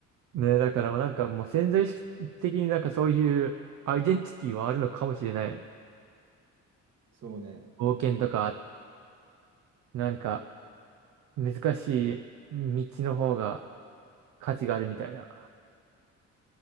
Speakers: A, on the right (about 75°); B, on the right (about 55°).
A: ね、だからなんかもう潜在意識的になんかそういうアイデンティティはあるのかもしれない。
B: そうね。
A: 冒険とか、なんか難しい道の方が価値があるみたいな。